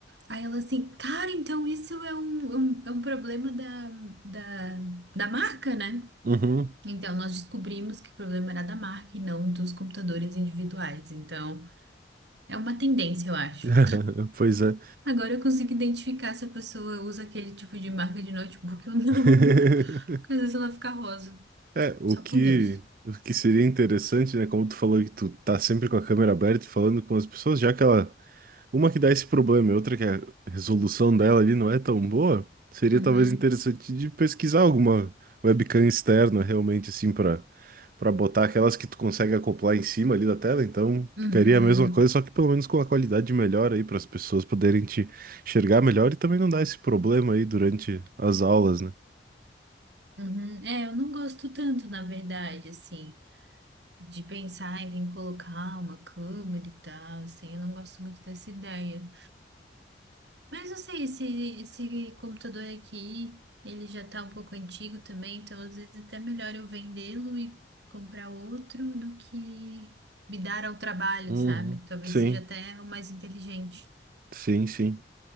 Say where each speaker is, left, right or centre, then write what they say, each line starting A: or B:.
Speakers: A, on the right; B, on the right.
A: aí ela assim, cara, então isso é um, é um, é um problema da, da, da marca, né?
B: uhum.
A: Então nós descobrimos que o problema era da marca e não dos computadores individuais. Então. É uma tendência, eu acho.
B: <laughs> Pois é.
A: Agora eu consigo identificar se a pessoa usa aquele tipo de marca de notebook ou não.
B: <laughs>
A: <laughs> Porque às vezes ela fica rosa.
B: É, o
A: Só
B: que,
A: por Deus.
B: o que seria interessante, né? Como tu falou que tu tá sempre com a câmera aberta e falando com as pessoas, já que ela. Uma que dá esse problema e outra que a resolução dela ali não é tão boa, seria
A: Uhum,
B: talvez interessante de pesquisar alguma webcam externa realmente, assim, para para botar aquelas que tu consegue acoplar em cima ali da tela. Então
A: uhum,
B: ficaria a mesma coisa, só que pelo menos com a qualidade melhor aí, para as pessoas poderem te enxergar melhor e também não dar esse problema aí durante as aulas, né?
A: uhum. É, eu não gosto tanto, na verdade, assim, de pensar em ter que colocar uma câmera e tal, assim, eu não gosto muito dessa ideia. Mas não sei, esse, esse computador aqui, ele já tá um pouco antigo também, então às vezes até melhor eu vendê-lo e comprar outro do que me dar ao trabalho,
B: Uhum.
A: sabe? Talvez
B: Sim,
A: seja até o mais inteligente.
B: sim, sim.